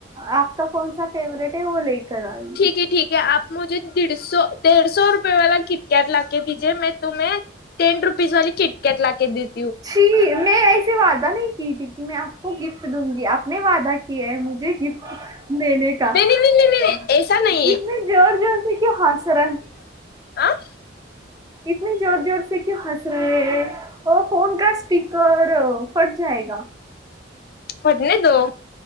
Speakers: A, on the right; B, on the left.
A: आपका कोणसा फेवरेट है वो लकर आ जाओ...
B: ठीके ठीक ह आप मुझे दीड सो देड सो रुपये वाला कीटकॅट ला के दीजे मै तुम्हे... टेन रुपीस वाली किटकट लाके देत...
A: शी मे से वादा नाही क ती की म आपको गिफ्ट दूंगी आपने व वादा कीया हे... लेकीन मेने काहा......
B: नहीं नहीं नहीं नहीं नहीं ऐसा नहीं है
A: इतने जोर जोर से क्यू खास रहा है...
B: आं...
A: इतने जोर जोर से क्यु खास रहा है.... फोन का स्पीकर फट जायेगा....
B: फटने दो..